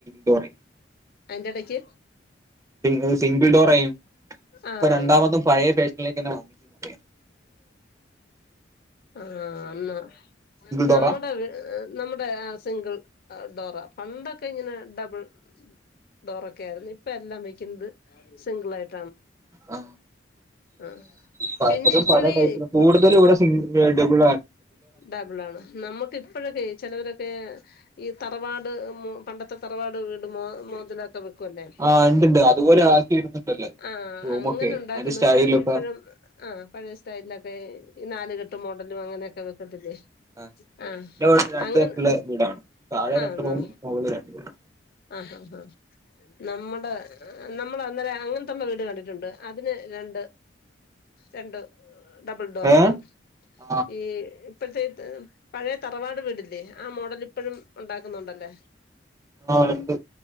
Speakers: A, on the right; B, on the left.
A: ഡോറായി
B: അതിന്റെ ഇടയ്ക്ക്
A: സ സിംഗിൾ ഡോറ ആും
B: ആഹ്
A: ഇപ്പൊ രണ്ടാമത്തും പഴയ ഫേഷനിലേക്ക്ന്നെ വാങ്ങിക്ക
B: ആ എന്നാ
A: ഡോറാ
B: നമ്മുടെ നമ്മുടെ സിംഗിൾ ഡോറ പണ്ടൊക്കെ ഇങ്ങനെ ഡബിൾ ഡോറൊക്കെ ആയിരുന്നു ഇപ്പ എല്ലാം വക്കുന്നത് സിംഗിൾായിട്ട്
A: ആ
B: ആഹ്
A: പലതും
B: പിന്നെ ഇപ്പഴീ
A: പല ടൈപ്പ കൂടുതലും ഇവിടെ സിംഗി ഡബിൾണ്
B: ഡബിൾ ആണ് നമ്മുക്ക് ഇപ്പഴൊ ചിലവരൊക്കെ ഈ തറവാട് പണ്ടത്തെ തറവാട് വീട് മോ മോതിലൊ വെക്കല്ലേ
A: ആ ഉണ്ടുണ്ട് അതുപോലെ ആക്കി വരുന്നുണ്ടല്ലോ
B: ആ
A: റൂമൊക്കെ
B: അങ്ങനെ ഉണ്ടാക്കുന്നവര്
A: അതിന്റെ സ്റ്റൈലൊക്കെ
B: ഇപ്പഴും ആ പഴയ സ്റ്റൈലിലൊക്കെ നാലുകെട്ട് മോഡലും അങ്ങനെയൊക്കെ പല്ലേ
A: ആ
B: ആഹ
A: എന്റെ വീട് രണ്ട്
B: അങ്ങനെ
A: കെട്ടുള്ള വീടാണ് താഴെ
B: ആഹ
A: രണ്ട്
B: എന്നാ
A: റൂമും മുകളിൽ രണ്ട് റൂമും
B: ആഹ ആ ആാ നമ്മുടെ നമ്മൾ അന്നേരം അങ്ങനത്തെ വീട് കണ്ടിട്ടുണ്ട് അതിന് രണ്ട് രണ്ട് ഡബിൾ ഡോറാണ്
A: ഏ ആ
B: ഈ ഇപ്പോഴത്തെ പഴയ തറവാട് വീടില്ലേ ആ മോഡൽ ഇപ്പഴും ഉണ്ടാക്കുന്നുണ്ടല്ലേ
A: ആഹ ഉണ്ട്